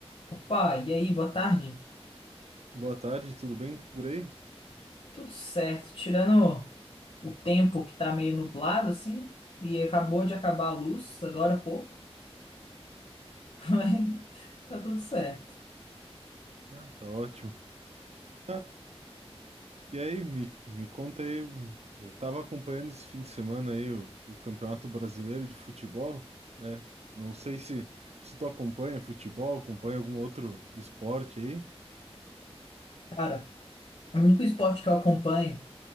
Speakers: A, on the left (about 60°); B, on the right (about 80°).
A: Opa, e aí, boa tarde?
B: Boa tarde, tudo bem por aí?
A: Tudo certo, tirando o tempo que tá meio nublado assim, e acabou de acabar a luz agora há pouco, <laughs> mas tá tudo certo.
B: Ah, tá ótimo. Ah, e aí, me, me conta aí, um- eu tava acompanhando esse fim de semana aí o, o Campeonato Brasileiro de Futebol, né? Não sei se, se tu acompanha futebol, acompanha algum outro esporte aí.
A: Cara, o único esporte que eu acompanho